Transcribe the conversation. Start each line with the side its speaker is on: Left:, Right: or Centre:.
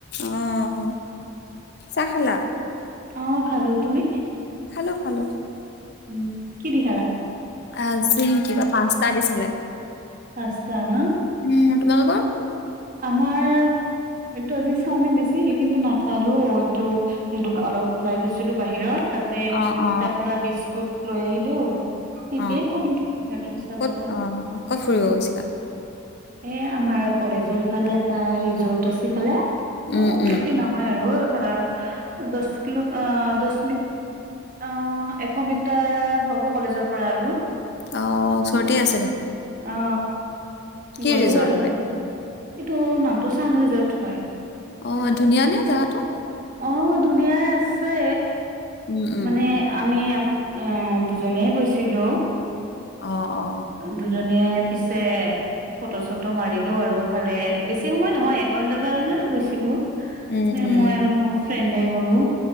Left: আহ চাহ খালা
Right: আহ খালো তুমি
Left: খালো খালো
Right: উম কি দি খালা
Left: আজি কিবা পাঁচটা দিছিলে
Right: পাঁচটা না
Left: উম তোমালোকৰ
Right: আমাৰ এইটো আজি চাওমিন দিছিল কিন্তু নাখালো এইটো দোকান অলপ ওলাই গৈছিলো বাহিৰত তাতে
Left: অ অ
Right: তাৰ পৰা বিস্কুট লৈ আহিলো থিকে
Left: অ
Right: খালো গাখি চাৰ
Left: ক'ত
Right: লগত
Left: অ ক'ত ফুৰিব গৈছিলা
Right: এ আমাৰ কলেজৰ ইফালে এটা ৰিজৰ্ট আছে ইফালে
Left: উম
Right: অলপ
Left: উম
Right: বেছি নহয় আৰু এইফালে দহ কিলো দহ মিনট অ এশ মিটাৰ হ'ব কলেজৰ পৰা আৰু
Left: আহ ওচৰতে আছে দেখোন
Right: অ
Left: কি
Right: গলো
Left: ৰিজৰ্ট
Right: আৰু
Left: হয়
Right: তাতে এইটো নামটো চাংৰিজত হয়
Left: অ ধুনীয়া নে জাগাটো
Right: অ ধুনীয়াাই আছে
Left: উম উম
Right: মানে আমি আহ দুজনে গৈছিলো
Left: অ অ
Right: দুজনিয়ে পিছে ফটো চটো মাৰিলো আৰুফালে বেছি সময় নহয় এক ঘন্টাৰ কাৰণে গৈছিলো
Left: উম
Right: এ
Left: উম
Right: মই আৰু মোৰ ফ্ৰেণ্ডে গ'লো